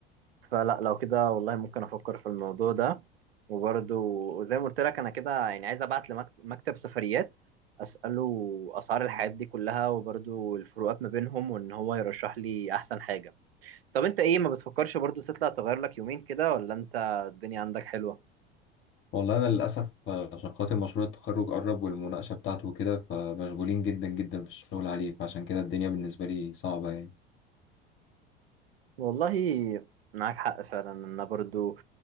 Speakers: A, on the right; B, on the left.
A: فلا لو كده والله ممكن افكر في الموضوع ده وبرده زي ما قلت لك انا كده يعني عايز ابعت لمكتب سفريات اساله اسعار الحاجات دي كلها وبرده الفروقات ما بينهم وان هو يرشح لي احسن حاجه طب انت ايه ما بتفكرش برضو تطلع تغير لك يومين كده ولا انت الدنيا عندك حلوه
B: والله أنا للأسف آه، عشان خاطر مشروع التخرج قرب والمناقشة بتاعته وكده فمشغولين جدا جدا في الشغل عليه فعشان كده الدنيا بالنسبة لي صعبة يعني
A: والله معاك حق فعلا انا برضو